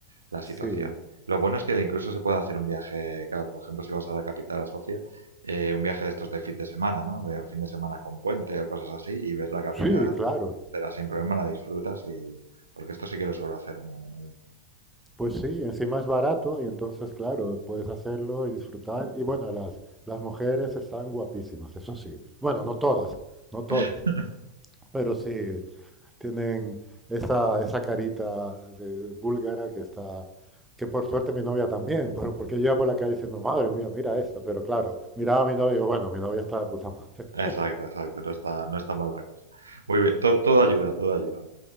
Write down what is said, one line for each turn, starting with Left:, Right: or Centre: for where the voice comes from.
Right: la
Centre: Sí,
Right: situación. Lo bueno es que incluso se puede hacer un viaje, claro, por ejemplo, si vas a la capital, a Sofía, eh, un viaje de estos de fin de semana, ¿no? De fin de semana con puente o cosas así, y ves la capital
Centre: sí, claro.
Right: entera sin problema, la disfrutas y... Porque esto sí que lo suelo hacer muy a menudo.
Centre: Pues sí, encima es barato y entonces, claro, puedes hacerlo y disfrutar. Y bueno, las, las mujeres están guapísimas, eso sí. Bueno, no todas, no todas,
Right: <laughs>
Centre: pero sí tienen esa, esa carita de búlgara que está, que por suerte mi novia también, pero porque yo iba por la calle diciendo, madre mía, mira esta, pero claro, miraba a mi novia y digo, bueno, mi novia está de puta madre. <laughs>
Right: Exacto, exacto, no está, no está mal la cosa. Muy bien, to- todo ayuda, todo ayuda.